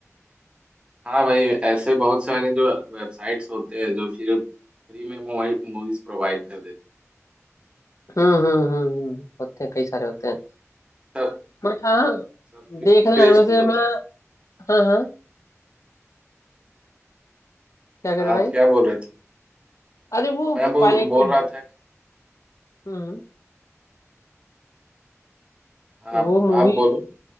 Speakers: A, on the right (about 20°); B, on the left (about 75°).
A: हाँ भाई ऐसे बहुत सारे जो वेबसाइट्स होते हैं जो फिर फ्री में मोबाइल मूवीज प्रोवाइड कर देते
B: हम्म हम्म हम्म हम्म, होते हैं कई सारे होते हैं
A: हैं सब
B: बट हाँ
A: हाँ सब्सक्रिप्शन
B: देखना
A: बेस्ड
B: है वैसे
A: भी होते
B: मैं
A: हैं
B: हाँ हाँ क्या करे
A: हाँ,
B: भाई
A: आप क्या बोल रहे थे
B: अरे वो
A: मैं बोल
B: पायरेटेड
A: बोल रहा था कि-
B: हम्म वो
A: आप
B: मूवी
A: आप बोलो